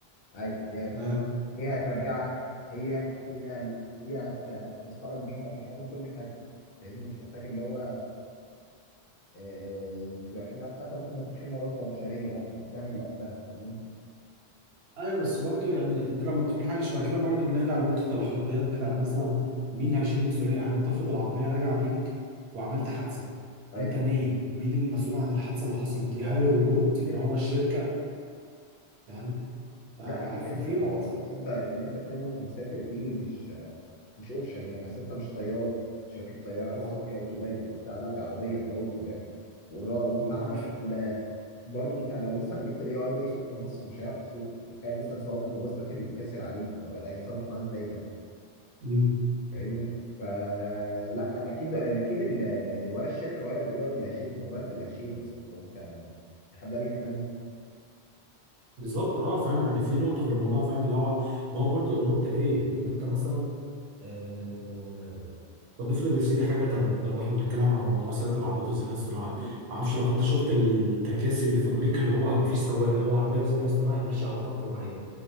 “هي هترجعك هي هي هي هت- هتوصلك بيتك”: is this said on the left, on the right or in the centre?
Left